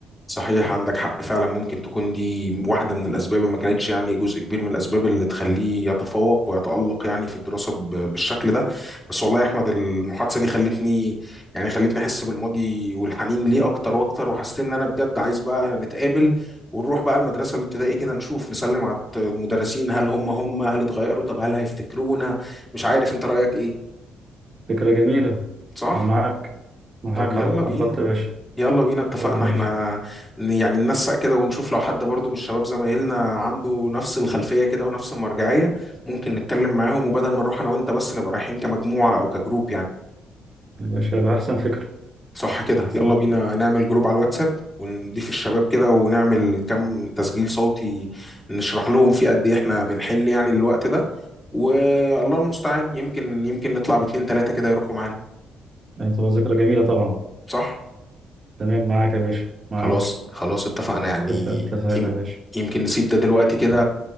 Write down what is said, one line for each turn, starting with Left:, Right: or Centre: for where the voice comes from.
Left: صحيح عندك حق فعلا ممكن تكون دي واحدة من الأسباب ما كانتش يعني جزء كبير من الأسباب اللي تخليه يتفوق ويتألق يعني في الدراسة ب- بالشكل ده بس والله يا أحمد المحادثة دي خلتني يعني خلتني أحس بالماضي والحنين ليه أكتر وأكتر وحسيت إن أنا بجد عايز بقى نتقابل ونروح بقى المدرسة الابتدائي كده نشوف نسلم على المدرسين هل هم هم هل اتغيروا طب هل هيفتكرونا مش عارف أنت رأيك إيه
Right: فكرة جميلة
Left: صح؟
Right: أنا معاك معاك
Left: طب يلا
Right: على على
Left: بينا
Right: الخط يا باشا
Left: يلا بينا اتفقنا
Right: يلا يا
Left: احنا
Right: باشا
Left: ن- يعني ننسق كده ونشوف لو حد برضو من الشباب زمايلنا عنده نفس الخلفية كده ونفس المرجعية ممكن نتكلم معاهم وبدل ما نروح انا وانت بس نبقى رايحين كمجموعة او كجروب يعني
Right: يا باشا يبقى أحسن فكرة
Left: صح كده
Right: أحسن
Left: يلا بينا نعمل جروب على الواتساب ونضيف الشباب كده ونعمل كم تسجيل صوتي نشرح لهم فيه قد ايه احنا بنحن يعني الوقت ده والله المستعان يمكن يمكن نطلع باتنين تلاتة كده يروحوا معانا
Right: يعني تبقى ذكرى جميلة طبعا
Left: صح
Right: تمام معاك يا باشا معاك
Left: خلاص خلاص اتفقنا يعني
Right: اتفق- اتفقنا
Left: يم-
Right: يا باشا
Left: يمكن نسيب ده دلوقتي كده